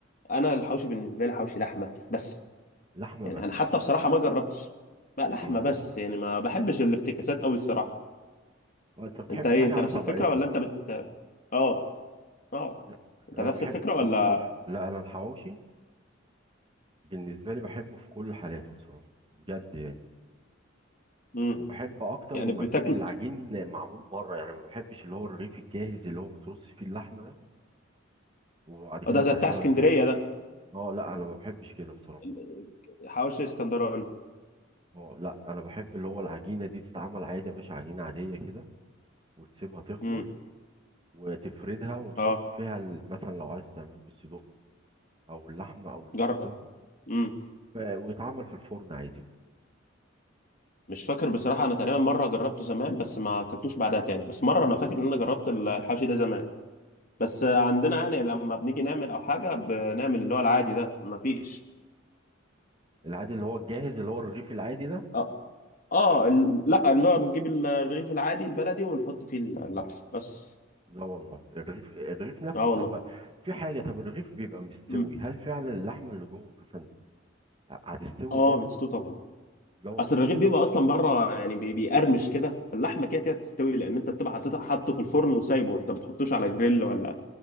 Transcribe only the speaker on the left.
أنا الحواوشي بالنسبة لي حواوشي لحمة بس
يعني
أنا حتى بصراحة ما جربتش بقى لحمة
بس يعني ما بحبش الافتكاسات أوي الصراحة
أنت إيه
أنت
نفس
الفكرة ولا أنت بت آه آه
أنت
نفس
الفكرة
ولا
مم.
يعني
بتاكل
آه، ده
زي بتاع اسكندرية
ده
ال- حواوشي اسكندراني
امم
آه
جرب امم
مش فاكر بصراحة أنا تقريبا مرة جربته زمان بس ما أكلتوش بعدها تاني بس مرة أنا فاكر إن أنا جربت الحوشي ده زمان بس عندنا يعني لما بنيجي نعمل أو حاجة بنعمل اللي هو العادي ده ما فيش
آه, آه ال- لا اللي هو نجيب الرغيف العادي البلدي ونحط فيه اللحم بس
آه
والله
مم.
آه
بتستوي طبعا
أصل الرغيف بيبقى أصلا بره يعني بي- بيقرمش كده اللحمة كده كده بتستوي لأن أنت بتبقى حاططها- حاطه في الفرن وسايبه أنت بتحطوش على جريل ولا